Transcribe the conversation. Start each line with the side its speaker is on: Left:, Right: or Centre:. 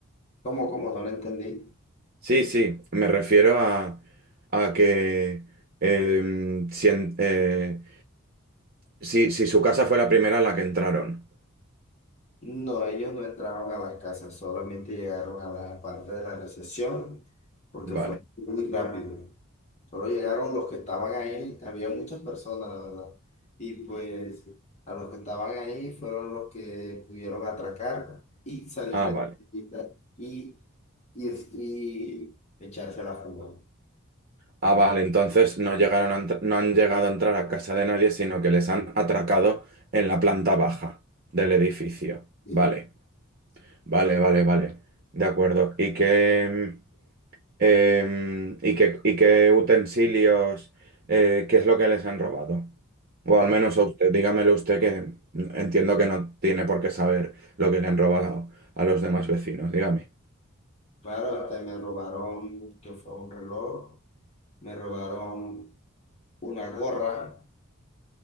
Left: Como, como no lo entendí.
Right: Sí, sí, me refiero a, a que em, si, en- eh, si si su casa fue la primera a la que entraron.
Left: No, ellos no entraron a la casa, solamente llegaron a la parte de la recepción porque
Right: Vale.
Left: fue muy rápido. Solo llegaron los que estaban ahí, había muchas personas, la verdad. Y pues a los que estaban ahí fueron los que pudieron atracar y salir
Right: Ah,
Left: de
Right: vale.
Left: la tienda y, y, es- y echarse a la fuga.
Right: Ah, vale, entonces no llegaron a entr- no han llegado a entrar a casa de nadie, sino que les han atracado en la planta baja del edificio.
Left: Sí.
Right: Vale, vale, vale, vale. De acuerdo. ¿Y qué, em, em, y qué, y qué utensilios, eh, qué es lo que les han robado? O
Left: ¿Cómo?
Right: al menos a usted, dígamelo usted que entiendo que no tiene por qué saber lo que le han robado a los demás vecinos. Dígame.
Left: Claro, hasta me robaron, que fue un reloj, me robaron una gorra